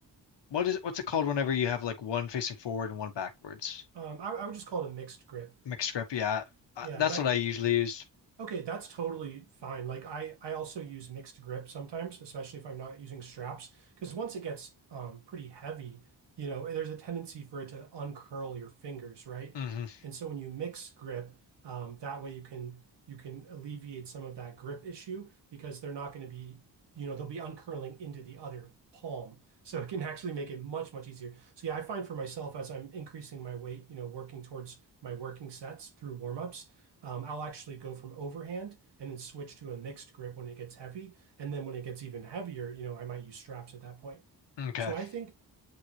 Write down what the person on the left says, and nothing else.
what is what's it called whenever you have like one facing forward and one backwards?
Mixed grip, yeah. Uh,
that's
what I usually use.
hmm
Okay.